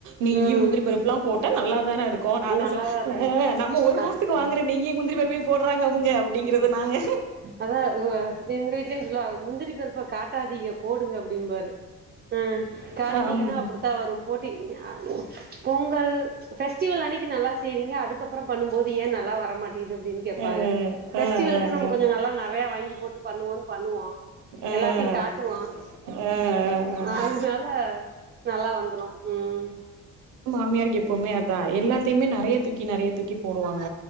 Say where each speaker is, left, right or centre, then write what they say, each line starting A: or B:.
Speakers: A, on the right; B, on the right.
A: நெய்யி
B: ம்
A: முந்திரி பருப்புல்லா போட் டா நல்லா தானெருக்கு நா தா
B: நல்லாதா
A: ஸ
B: இருக்கு
A: நம்ம ஒரு
B: அ
A: மாசத்துக்கு வாங்குற நெய்யி முந்திரி பரு ப போட்றா அவுங்க அபுடிங்கிறது நாங்க
B: அதா உ <unintelligible> முந்திரி பருப்ப காட் காட்டாதீக போடுங்க அப்புடிம்பாரு ஆ காட்னீங்கெனா
A: ஆமா
B: அப்புடித்தா வரு போட்டி ஆ பொங்கல் ஃபெஸ்டிவல் அன்னிக்கி நல்லா செய்றீங்க அதுக்கப்புறோ பண்ணும்போது ஏ நல்லா வரமாட்டிது ப்டின் கேப்பாக
A: அ
B: ஃபெஸ்டிவலுக்கு
A: அ அ
B: நம்ம கொஞ்சோ நல்ல நெறையா வாங்கிபோ பண்ணுவோன் பண்ணுவா
A: அ அ
B: எல்லாத்தை காட்டுவா
A: அ அ
B: அதுனால நல்லா வந்துரு ம்
A: மியாருக்கு எப்பவுமே அதா எல்லாத்தையுமே நெறையா தூக்கி நெறையா தூக்கி போடுவாங்க